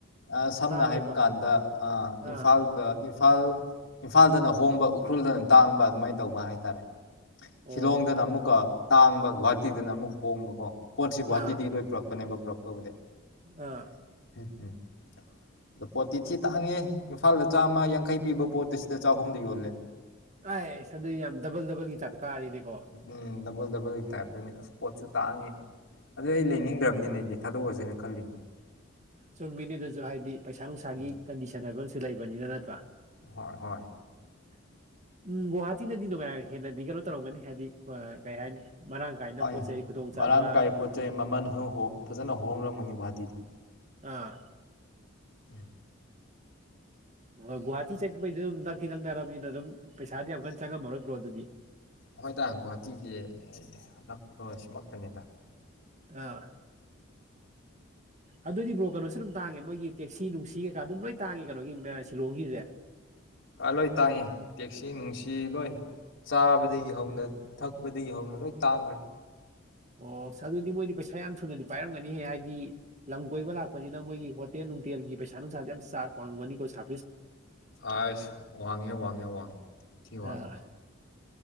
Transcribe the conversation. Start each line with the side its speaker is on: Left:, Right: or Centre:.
Left: ꯑ
Right: ꯑꯣ
Left: ꯁꯝꯅ
Right: ꯇꯥꯡꯉꯦꯕ
Left: ꯍꯥꯏꯕ ꯀꯥꯟꯗ
Right: ꯑꯥ
Left: ꯏꯝꯐꯥꯜꯒ ꯏꯝꯐꯥꯜ ꯏꯝꯐꯥꯜꯗꯅ ꯍꯣꯡꯕ ꯎꯈ꯭ꯔꯨꯜꯗꯅ ꯇꯥꯡꯕ ꯑꯗꯨꯃꯥꯏꯅ ꯇꯧꯕ ꯍꯥꯏꯇꯥꯔꯦ ꯁꯤꯂꯣꯡꯗꯅ
Right: ꯑꯣ
Left: ꯑꯃꯨꯛꯀ ꯇꯥꯡꯕ ꯒꯨꯍꯥꯇꯤꯗꯅ ꯑꯃꯨꯛ ꯍꯣꯡꯕꯀꯣ ꯄꯣꯠꯁꯤ ꯒꯨꯍꯥꯇꯤꯗꯒꯤ
Right: ꯑꯥ
Left: ꯂꯣꯏ ꯄꯨꯔꯛꯄꯅꯦꯕ ꯄꯨꯔꯛꯄꯕꯨꯗꯤ
Right: ꯑꯥ
Left: ꯎꯝ ꯎꯝ ꯑꯗꯣ ꯄꯣꯠꯇꯤ ꯊꯤ ꯇꯥꯡꯉꯦ ꯏꯝꯐꯥꯜꯗ ꯆꯥꯝꯃ ꯌꯥꯡꯈꯩ ꯄꯤꯕ ꯄꯣꯠꯇꯨ ꯁꯤꯗ ꯆꯥꯍꯨꯝꯗ ꯌꯣꯜꯂꯦ
Right: ꯑꯥꯏ ꯏꯁꯗ ꯌꯥꯝ ꯗꯕꯜ ꯗꯕꯜꯒꯤ ꯇꯥꯞꯇ ꯀꯥꯔꯦꯅꯦꯀꯣ
Left: ꯎꯝ ꯗꯕꯜ ꯗꯕꯜꯒꯤ ꯇꯥꯏꯞꯇꯅꯤ ꯑꯁ ꯄꯣꯠꯁꯨ ꯇꯥꯡꯉꯤ ꯑꯗꯨ ꯑꯩ ꯂꯩꯅꯤꯡꯗ꯭ꯔꯕꯅꯤꯅꯦ ꯑꯩꯗꯤ ꯊꯥꯗꯣꯛꯑꯁꯤꯅꯦ ꯈꯜꯂꯤꯅꯤ
Right: ꯆꯨꯝꯃꯤꯅꯤ ꯑꯗꯨꯁꯨ ꯍꯥꯏꯗꯤ ꯄꯩꯁꯥ ꯅꯨꯡꯁꯥꯒꯤ
Left: ꯎꯝ
Right: ꯀꯟꯗꯤꯁꯟ ꯍꯥꯏꯕ ꯑꯃꯁꯨ ꯂꯩꯕꯅꯤꯅ ꯅꯠꯇ꯭ꯔꯥ
Left: ꯍꯣꯏ ꯍꯣꯏ
Right: <inaudible> ꯎꯨꯝ ꯒꯧꯍꯥꯇꯤꯅꯗꯤ ꯅꯨꯡꯉꯥꯏ ꯍꯦꯟꯅꯗꯤ ꯀꯩꯅꯣ ꯇꯧꯔꯝꯒꯅꯤ ꯍꯥꯏꯗꯤ ꯀꯩ ꯍꯥꯏꯅꯤ ꯃꯔꯥꯡ ꯀꯥꯏꯅ
Left: ꯑꯣꯏ
Right: ꯄꯣꯠ ꯆꯩ ꯈꯨꯗꯣꯡꯆꯥꯥꯕ
Left: ꯃꯔꯥꯡ ꯀꯥꯏ ꯄꯣꯠ ꯆꯩꯩ ꯃꯃꯜꯍꯨꯍꯨ ꯐꯖꯅ ꯍꯣꯡꯂꯝꯒꯅꯤ ꯨꯒꯨꯍꯥꯇꯤꯗꯤ
Right: ꯑꯥ
Left: ꯎꯝ
Right: ꯍꯣꯏ ꯒꯨꯍꯥꯇꯤ ꯆꯠꯄꯩꯗ ꯑꯗꯨꯝ ꯅꯛꯇꯤ ꯅꯛꯅꯔꯕꯅꯤꯅ ꯑꯗꯨꯝ ꯄꯩꯁꯥꯗꯤ ꯌꯥꯝ ꯀꯟꯅ ꯆꯪꯉꯝꯃꯔꯣꯏ ꯕ꯭ꯔꯣ ꯑꯗꯨꯗꯤ
Left: ꯍꯣꯏꯗ ꯒꯨꯍꯥꯇꯤꯗꯤ ꯑ ꯅꯛꯄ ꯁꯤꯃꯛꯇꯅꯤꯗ
Right: ꯑꯥ ꯑꯗꯨꯑꯣꯏꯗꯤ ꯕ꯭ꯔꯣ ꯀꯩꯅꯣꯁꯨ ꯑꯗꯨꯝ ꯇꯥꯡꯉꯦ ꯃꯣꯏꯒꯤ ꯇꯦꯛꯁꯤ ꯅꯨꯡꯁꯤ ꯀꯩꯀꯥ ꯑꯗꯨꯝ ꯂꯣꯏ ꯇꯥꯡꯉꯦ ꯀꯩꯅꯣꯒꯤ ꯁꯤꯂꯣꯡꯒꯤꯁꯦ
Left: ꯑꯥ ꯂꯣꯏ ꯇꯥꯡꯉꯦ ꯇꯦꯛꯁꯤ ꯅꯨꯡꯁꯤ ꯂꯣꯏ ꯆꯥꯕꯗꯒꯤ ꯍꯧꯅ ꯊꯛꯄꯗꯒꯤ ꯍꯧꯅ ꯂꯣꯏ ꯇꯥꯡꯈ꯭ꯔꯦ
Right: ꯑꯣ ꯑꯗꯨꯗꯤ ꯃꯣꯏꯗꯤ ꯄꯩꯁꯥ ꯌꯥꯝ ꯊꯨꯅꯗꯤ ꯄꯥꯏꯔꯝꯒꯅꯤꯍꯦ ꯍꯥꯏꯗꯤ ꯂꯝ ꯀꯣꯏꯕ ꯂꯥꯛꯄꯅꯤꯅ ꯃꯣꯏꯒꯤ ꯍꯣꯇꯦꯜ ꯅꯨꯡꯇꯦꯜꯒꯤ ꯄꯩꯁꯥ ꯅꯨꯡꯁꯥꯗꯤ ꯌꯥꯝ ꯆꯥꯔꯖ ꯄꯥꯉꯝꯒꯅꯤꯀꯣ ꯁꯥ
Left: ꯑꯁ ꯋꯥꯉꯦ ꯋꯥꯡꯉꯦ ꯋꯥꯉꯦ ꯊꯤ
Right: ꯑꯥ
Left: ꯋꯥꯡ